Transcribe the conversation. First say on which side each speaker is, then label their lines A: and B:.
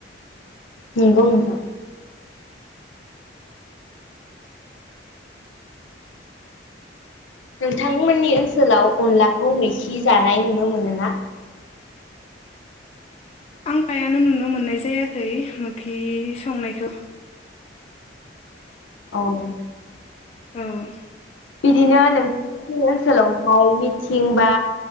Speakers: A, on the left; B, on the left.
A: नंगौ नोंथां नोंथांमोननि ओनसोलाव अनलाखौ जि जानाय नुनो मोनोना
B: आं गायानो नुनो मोननाय जायाखै मोखि संनायखौ
A: औ
B: औ
A: बिदिनो नों जोंनि ओनसोलावहाय मिथिं बा